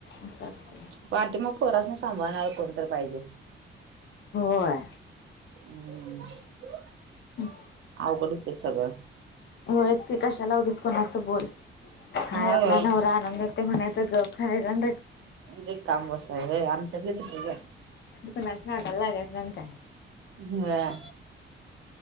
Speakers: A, on the left; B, on the right.
A: अस असतय
B: पाठी माग पोरासनी सांभाळणार कोणतर पाहिजे.
A: होय
B: हम्म, कुठं हायस तू?
A: <unintelligible>
B: अवघड हुतंय सगळ.
A: होयस की, कशाला उगीच कोणाचं बोल, हाय
B: होय
A: आपला नवरा आणून देतो तोय म्हणायच, गप खायाच अन
B: जे काम असय व्हय, आमच्यात बी तसच हाय.
A: कुणाच्या नादाला लागायच नाहीन काय.
B: व्हय